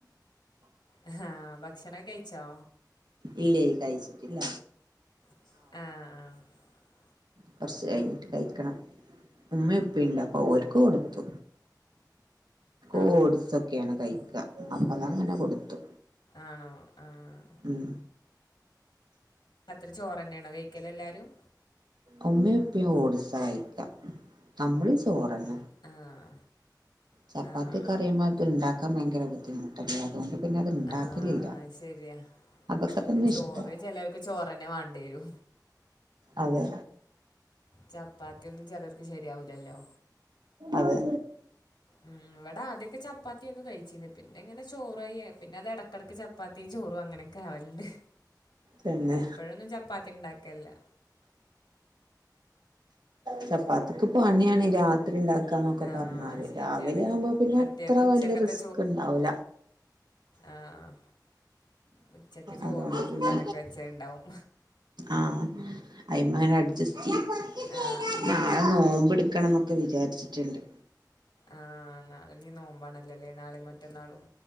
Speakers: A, on the left; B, on the right.
A: ആഹ ഭക്ഷണം കഴിച്ചോ
B: ഇല്ലേ കഴിച്ചിട്ടില്ല
A: ആഹ ആഹ
B: കുറച്ച് കഴിഞ്ഞിട്ട് കഴിക്കണം ഉമ്മേം ഉപ്പേണ്ട് അപ്പൊ ഓരക്ക് കൊടുത്തു
A: ആഹ്
B: ഓഡ്സൊക്കെയാണ് കഴിക്കുക അപ്പൊ അതങ്ങനെ കൊടുത്തു
A: ആണോ ആഹ്
B: ഉം
A: അത്ര ചോറന്നെയണോ കഴിക്കല് എല്ലാരും
B: ഉമ്മൊപ്പേം ഓട് സഹിക്കാം നമ്മള് ചോറന്ന
A: ആഹ്
B: ചപ്പാത്തി
A: ആഹ്
B: കറിയുമാത്റം ഉണ്ടാക്കാൻ ഭയങ്കര ബുദ്ധിമുട്ടല്ലേ അതുകൊണ്ട് പിന്നെ അത് ഇണ്ടാക്കലില്ല
A: ആഹ ശരിയാ
B: അതൊക്കെ
A: പിന്നെ
B: തന്നെ
A: ചോറ്
B: ഇഷ്ടം
A: ചെലർക്ക് ചോറ്ന്നെ വേണം അയ്യോ
B: അതെ
A: ചപ്പാത്തി ഒന്നും ചെലർക്ക് ശരിയാവ് ല്ലല്ലോ
B: അതെ
A: ഉം ഇവിടാദ്യൊക്കെ ചപ്പാത്തിയൊക്കെ കഴിച്ചിന്ന് പിന്നെ എങ്ങനെ ചോറായി പിന്നെ അത് ഏടക്കടക്ക് ചപ്പാത്തിയും ചോറും അങ്ങനൊക്കെ ആവലുണ്ട്
B: പിന്നെ
A: എപ്പോഴൊന്നും ചപ്പാത്തി ഉണ്ടാക്കലില്ല
B: ചപ്പാതിക്ക് പണിയാണ് രാത്രി ഉണ്ടാകുന്ന ന്നൊക്കെ
A: ആ
B: പറഞ്ഞാല്
A: ശരിയാണ്
B: രാവിലെ ആവുമ്പോ പിന്നെ
A: മറ്റേത്
B: അത്ര
A: ഉച്ചക്കത്തെ
B: വല്യ റിസ്ക് ഉണ്ടാവൂല
A: ആഹ് ഉച്ചക്ക് ചോറും
B: അതുകൊണ്ട്
A: കൂട്ടാനൊക്കെ
B: പിന്നെ
A: വെച്ചണ്ടാവും
B: ആഹ് അയ്മ അങ്ങനെ അഡ്ജസ്റ്റ് ചെയ്യും
A: ആ
B: നാളെ നോമ്പ് എടുക്കണംന്നൊക്കെ ഒക്കെ വിചാരിച്ചിട്ടുണ്ട്
A: ആഹ് നാളെ നീ നോമ്പാണല്ലല്ലേ നാളേം മറ്റന്നാളും